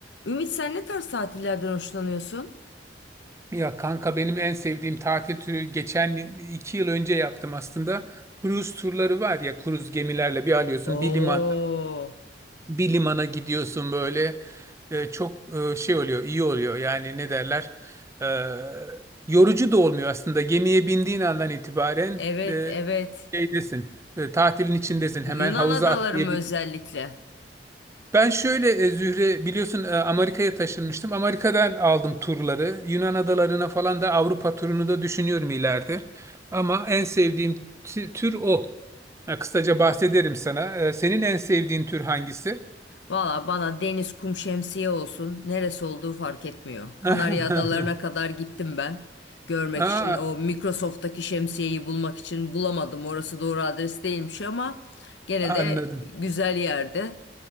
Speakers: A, on the left; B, on the right.
A: Ümit sen ne tarz tatillerden hoşlanıyorsun?
B: Ya kanka benim en sevdiğim tatil türü geçen iki yıl önce yaptım aslında. Kruz turları var ya kruz gemilerle bir alıyorsun
A: Oo.
B: bir liman bir limana gidiyorsun böyle E, çok e, şey oluyor iyi oluyor yani ne derler E, yorucu da olmuyor aslında gemiye bindiğin andan itibaren
A: Evet,
B: e,
A: evet.
B: şeydesin e, tatilin içindesin
A: Yunan
B: hemen havuza
A: adaları
B: atlayabilirsin.
A: mı özellikle?
B: Ben şöyle e, Zühre biliyorsun e, Amerika'ya taşınmıştım. Amerika'dan aldım turları. Yunan adalarına falan da Avrupa turunu da düşünüyorum ileride. Ama en sevdiğim tü- tür o. Ha, kısaca bahsederim sana. E, Senin en sevdiğin tür hangisi?
A: Valla bana deniz, kum, şemsiye olsun. Neresi olduğu fark etmiyor. Kanarya
B: <laughs>
A: adalarına kadar gittim ben. Görmek
B: Aa,
A: için o Microsoft'taki şemsiyeyi bulmak için bulamadım. Orası doğru adres değilmiş ama gene
B: anladım.
A: de güzel yerde.